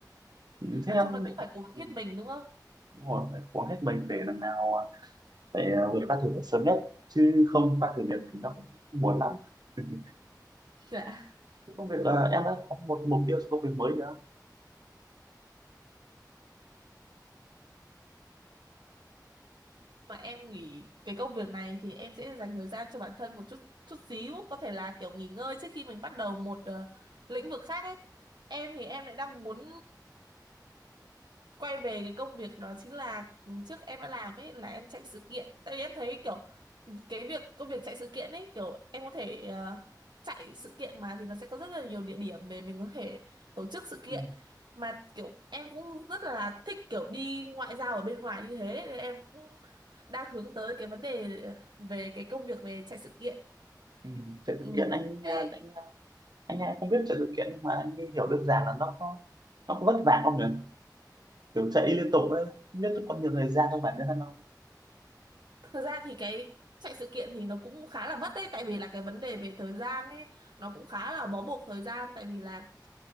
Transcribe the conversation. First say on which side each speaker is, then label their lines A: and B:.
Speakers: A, on the right; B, on the right.
A: Ừ, thế
B: nói
A: em
B: chung là
A: định
B: cũng phải cố gắng
A: ừ,
B: hết mình đúng không
A: đúng rồi phải cố gắng hết mình để lần nào à, phải à, vượt qua thử việc sớm nhất chứ không qua thử việc thì nó cũng buồn lắm <laughs>
B: dạ
A: cái công việc là em đã có một mục tiêu cho công việc mới chưa
B: mà em nghỉ cái công việc này thì em sẽ dành thời gian cho bản thân một chút chút xíu có thể là kiểu nghỉ ngơi trước khi mình bắt đầu một ờ, lĩnh vực khác ấy em thì em lại đang muốn quay về cái công việc đó chính là trước em đã làm ấy là em chạy sự kiện tại vì em thấy kiểu cái việc công việc chạy sự kiện ấy kiểu em có thể ờ, chạy sự kiện mà thì nó sẽ có rất là nhiều địa điểm để mình có thể tổ chức sự kiện
A: ừ.
B: mà kiểu em cũng rất là thích kiểu đi ngoại giao ở bên ngoài như thế nên em cũng đang hướng tới cái vấn đề về cái công việc về chạy sự kiện
A: Ừ. Thế thực
B: ừ.
A: hiện anh
B: thế
A: à, anh anh hay không biết chạy sự kiện nhưng mà anh ấy hiểu đơn giản là nó có nó có vất vả không nhỉ kiểu chạy liên tục ấy không biết có nhiều thời gian cho bản thân không
B: thật ra thì cái chạy sự kiện thì nó cũng khá là vất đấy tại vì là cái vấn đề về thời gian ấy nó cũng khá là bó buộc thời gian tại vì là